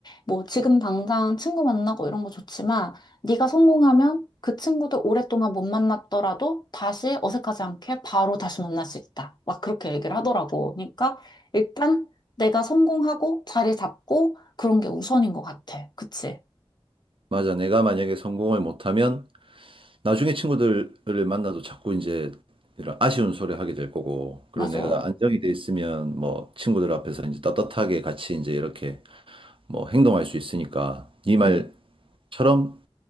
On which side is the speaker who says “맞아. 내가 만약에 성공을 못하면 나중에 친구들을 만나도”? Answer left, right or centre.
Right